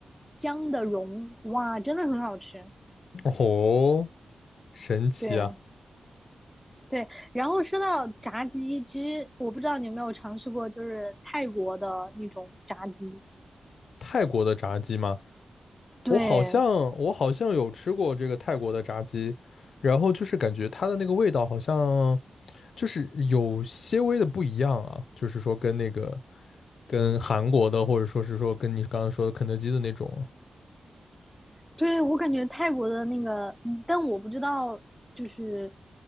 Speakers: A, in the centre; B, on the left.
A: 姜的蓉，哇，真的很好吃。
B: 哦，神奇啊！
A: 对对，然后说到炸鸡，其实我不知道你有没有尝试过，就是泰国的那种炸鸡。
B: 泰国的炸鸡吗？
A: 对
B: 我好像我好像有吃过这个泰国的炸鸡，然后就是感觉它的那个味道好像就是有些微的不一样啊，就是说跟那个跟韩国的，或者说是说跟你刚刚说的肯德基的那种啊，
A: 对，我感觉泰国的那个，嗯但我不知道就是